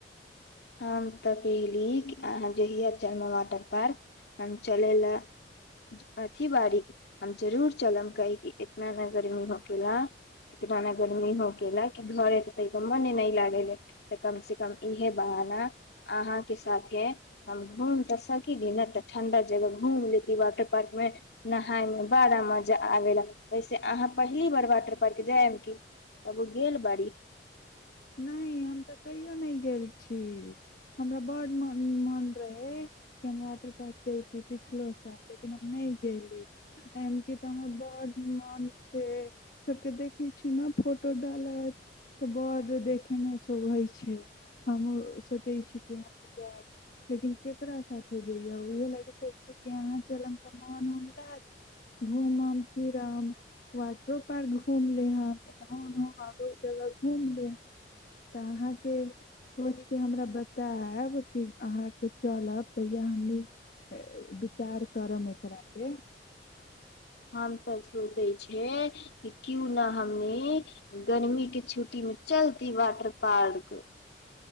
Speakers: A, on the left; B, on the left.
A: हम तऽ कहिली अहाँ ज हय चर्मा वाटर पार्क हम चलै लए अथी बारीक हम जरूर चलम की क इतना ने गर्मी हो केेला इतना ने गर्मी हो केेला कि घरे त मने न लागेे त कम से कम इहे बहाना अहा के साथे हम घूम तऽ सकील ने तऽ ठण्डा जगह घूम लेती वाटर पार्क मे नहााय मे बड़ा मजा आबे ला वैसे अहाँ पहली बार वाटर पार के जायब की तब ओ गेल बड़ी
B: नहि हम तऽ कहियो नहि गेल छी हमरा बड्डन मोन रहै कि हम वाटर पार्क जैत पिछलो साल लेकिन हम नहि गेली एहिमे कि तऽ हमर बड्ड मोन छै सभके देखैत छी ने फोटो डालैत तऽ बडड़् देखैमे शोभै छै हमहुूँ सोचै छी कि हमहुँ जायब लेकिन केकरा साथे जइय उएह लागऽ सो कि अहाँ चलब तऽ मोनन रहत घूमब फिरब वाटरो पार्क घूम लेब एना ओ आरो जगह घूम लेब तऽहाँ के सोच के हमरा बतायब आयब कि अहाँके चलब तहिया हमनी विचार करब एकरापर
A: हम तऽ सोचै छियै कि क्यू ने हमनी गर्मी के छुट्टी मे चलती वाटर पार्क